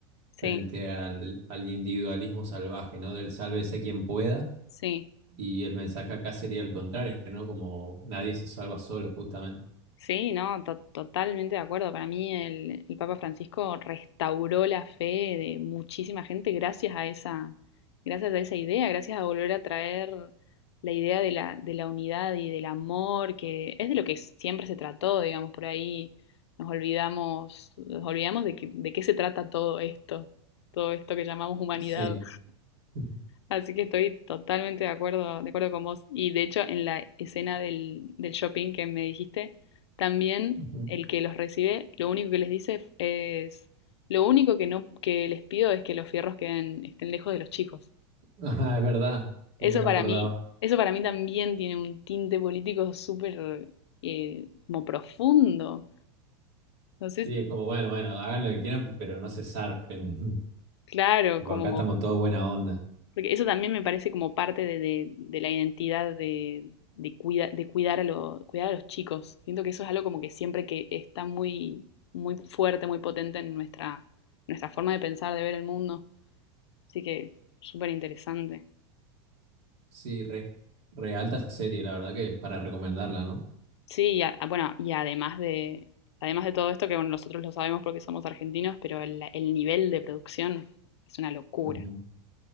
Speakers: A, on the left; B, on the right.
A: sí,
B: frente al, al individualismo salvaje, ¿no? Del sálvese quien pueda,
A: sí.
B: y el mensaje acá sería el contrario, ¿no? Como nadie se salva solo, justamente.
A: Sí, no, to- totalmente de acuerdo. Para mí el, el Papa Francisco restauró la fe de muchísima gente gracias a esa, gracias a esa idea, gracias a volver a traer la idea de la, de la unidad y del amor, que es de lo que siempre se trató, digamos, por ahí nos olvidamos, nos olvidamos de que- de qué se trata todo esto, todo esto que llamamos humanidad.
B: Sí. <laughs>
A: Así que estoy totalmente de acuerdo, de acuerdo con vos. Y de hecho, en la escena del, del shopping que me dijiste, también
B: Ujú.
A: el que los recibe, lo único que les dice es, lo único que no, que les pido es que los fierros queden, estén lejos de los chicos.
B: Ah, es verdad. Sí,
A: Eso
B: no me
A: para
B: acordaba.
A: mí, eso para mí también tiene un tinte político súper eh, como profundo. Entonces,
B: Sí, es como, bueno, bueno, hagan lo que quieran, pero no se zarpen. <laughs>
A: claro,
B: Tipo,
A: como
B: acá estamos todos buena onda.
A: Porque eso también me parece como parte de, de- de la identidad de, de, cuida- de cuidar, a lo- cuidar a los chicos. Siento que eso es algo como que siempre que está muy, muy fuerte, muy potente en nuestra, nuestra forma de pensar, de ver el mundo. Así que súper interesante.
B: Sí, re, re alta serie, la verdad que es para recomendarla, ¿no?
A: Sí, y a- bueno, y además de, además de todo esto, que bueno, nosotros lo sabemos porque somos argentinos, pero el, el nivel de producción es una locura.
B: Ujú.
A: Es